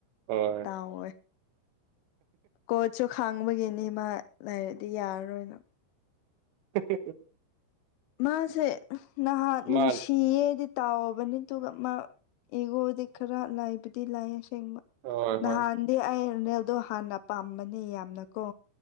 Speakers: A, on the right; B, on the left.
A: ꯍ
B: ꯇꯥꯎꯋꯦ ꯀꯣꯠꯁꯨ ꯈꯥꯡꯕꯒꯤꯅꯤ ꯃꯥ ꯂꯩꯥꯏꯔꯗꯤ ꯌꯥꯔꯔꯣꯏꯅ
A: ꯁꯦ
B: ꯃꯥꯁꯦ ꯅꯍꯥꯟ ꯅꯨꯡꯁꯤꯌꯦꯗꯤ
A: ꯃꯥ
B: ꯇꯥꯎꯕꯅꯤ ꯑꯗꯨꯒ ꯃꯥ ꯏꯒꯣꯗꯤ ꯈꯔ ꯂꯥꯏꯕꯗꯤ ꯂꯥꯏ ꯕ
A: ꯍꯣꯏ
B: ꯅꯍꯥꯟꯗꯤ
A: ꯍꯣꯏ
B: ꯑꯩꯅꯦꯜꯗꯣ ꯍꯥꯟꯅ ꯄꯥꯝꯕꯅꯤ ꯌꯥꯝꯅꯀꯣ